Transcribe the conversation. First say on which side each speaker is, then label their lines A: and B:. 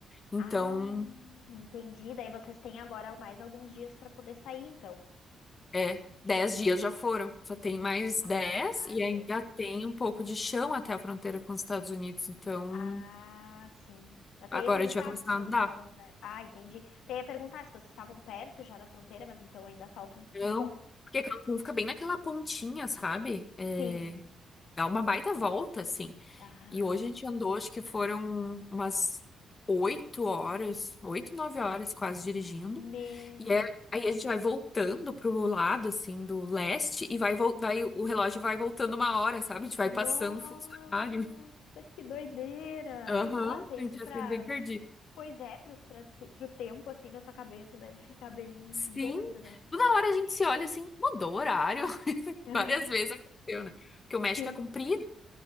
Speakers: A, on the left; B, on the left.
A: Então,
B: Ah, entendi. Daí vocês têm agora mais alguns dias pra poder sair, então.
A: é. dez dias já foram. Só tem mais
B: Ah,
A: 10
B: mas
A: e ainda
B: é.
A: tem um pouco de chão até a fronteira com os Estados Unidos. Então,
B: Ah, sim. Eu até
A: agora
B: ia perguntar
A: a gente vai começar
B: se
A: a
B: vocês
A: andar.
B: estavam perto. Ah, entendi. Até ia perguntar se vocês estavam perto já da fronteira, mas então ainda falta um,
A: Então,
B: um pouco.
A: porque Cancún fica bem naquela pontinha, sabe? É,
B: Sim.
A: dá uma baita volta, assim.
B: Ah,
A: E hoje a gente andou, acho que foram umas oito horas, oito, nove horas quase dirigindo.
B: meu.
A: E é- aí a gente vai voltando pro lado, assim, do leste, e vai, vol- vai, o relógio vai voltando uma hora, sabe? A gente vai
B: Nossa,
A: passando funcionário.
B: que doideira!
A: Aham,
B: Me-
A: <laughs>
B: Nossa, isso
A: a gente
B: pra.
A: vai ficando bem perdido.
B: Pois é, pro, pra, tu- pro tempo, assim, da tua cabeça deve ficar bem
A: Sim,
B: doido, né?
A: toda hora a gente se olha assim, mudou o horário. <laughs>
B: <laughs>
A: Várias vezes aconteceu, né? Porque o México
B: Sim,
A: é comprido,